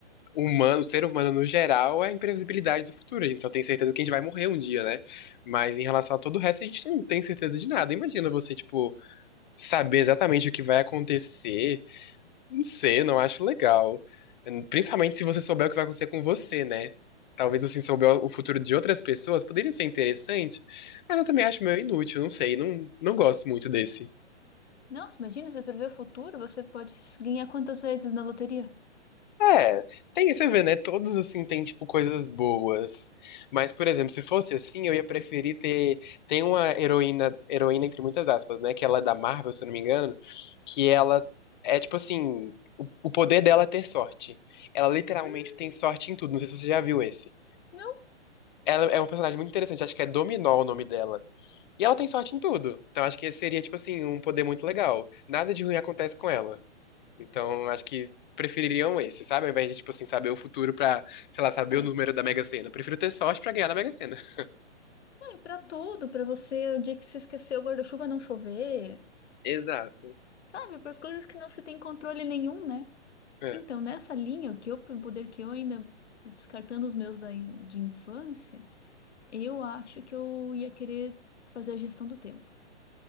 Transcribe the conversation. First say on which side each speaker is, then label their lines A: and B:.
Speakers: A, on the left; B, on the left.
A: o humano, o ser humano no geral, é a imprevisibilidade do futuro. A gente só tem certeza que a gente vai morrer um dia, né? Mas em relação a todo o resto, a gente não tem certeza de nada. Imagina você, tipo, saber exatamente o que vai acontecer. Não sei, não acho legal. Principalmente se você souber o que vai acontecer com você, né? Talvez você souber o futuro de outras pessoas, poderia ser interessante, mas eu também acho meio inútil, não sei, não, não gosto muito desse.
B: Nossa, imagina, você prever o futuro, você pode ganhar quantas vezes na loteria?
A: É, tem, você vê, né? Todos assim têm tipo coisas boas. Mas, por exemplo, se fosse assim, eu ia preferir ter. Tem uma heroína, heroína entre muitas aspas, né? Que ela é da Marvel, se eu não me engano, que ela é tipo assim, o, o poder dela é ter sorte. Ela literalmente
B: Hum,
A: tem sorte em tudo. Não sei se você já viu esse.
B: não,
A: Ela é uma personagem muito interessante, acho que é Dominó o nome dela. E ela tem sorte em tudo. Então acho que esse seria, tipo assim, um poder muito legal. Nada de ruim acontece com ela. Então, acho que prefeririam esse, sabe? Ao invés de, tipo assim, saber o futuro pra, sei lá, saber
B: é.
A: o número da Mega Sena. Eu Prefiro ter sorte pra ganhar na Mega Sena. <laughs>
B: Não, e pra tudo, pra você, o dia que você esqueceu o guarda-chuva não chover,
A: Exato.
B: sabe? Para as coisas que não se tem controle nenhum, né?
A: É.
B: Então, nessa linha, o que eu, o poder que eu ainda, descartando os meus da, de infância, eu acho que eu ia querer fazer a gestão do tempo.